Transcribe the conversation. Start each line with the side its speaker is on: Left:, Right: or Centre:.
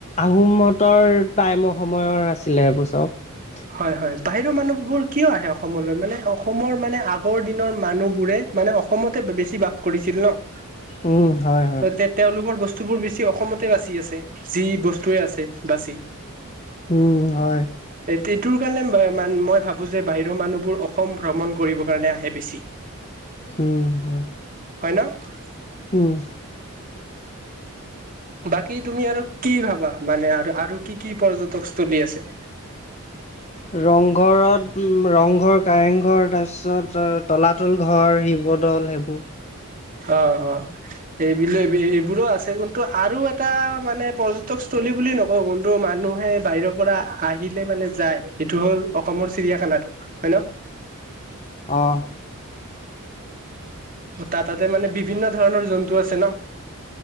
Left: আহোম হতৰ টাইমৰ সময়ৰ আছিলে এইবোৰ চব।
Right: হয়, হয়, বাহিৰৰ মানুহবোৰ কিয় আহে অসমলৈ মানে অসমৰ মানে আগৰ দিনৰ মানুহবোৰে মানে অসমতে বেছি বাস কৰিছিল ন'।
Left: উম, হয়, হয়,
Right: তে তেওঁলোকৰ বস্তুবোৰ বেছি অসমতে বাচি আছে যি বস্তুৱে আছে বাচি।
Left: উম, হয়।
Right: এইটোৰ কাৰণে মান মই ভাবো যে বাহিৰৰ মানুহবোৰ অসম ভ্ৰমণ কৰিব কাৰণে আহে বেছি।
Left: উম, হয়,
Right: হয় ন
Left: উম,
Right: বাকী তুমি আৰু কি ভাবা মানে আৰু আৰু কি কি পৰ্যটকস্থলী আছে। <inaudible>
Left: ৰংঘৰত ৰংঘৰ, কাৰেং ঘৰ তাৰ পিছত তলাতল ঘৰ শিৱদৌল সেইবোৰ।
Right: অ', অ'। সেইবিলো এই এইবোৰো আছে কিন্তু আৰু এটা মানে পৰ্যটকস্থথলী বুলি নকওঁ। কিন্তু মানুহ মানুহে বাহিৰৰ পৰা আহিলে মানে যায় এইটো হ'ল অসমৰ চিৰিয়াখানাটো হয় ন। <inaudible>
Left: অহ।
Right: তাৰ তাতে মানে বিভিন্ন ধৰণৰ জন্তু আছে ন।